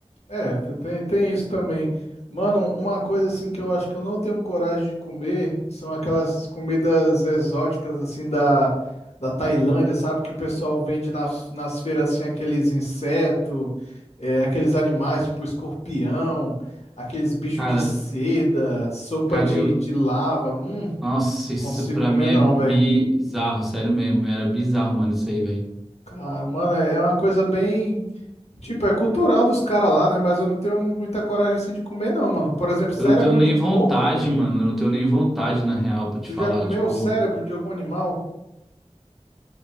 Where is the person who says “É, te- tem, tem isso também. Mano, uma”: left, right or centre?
Left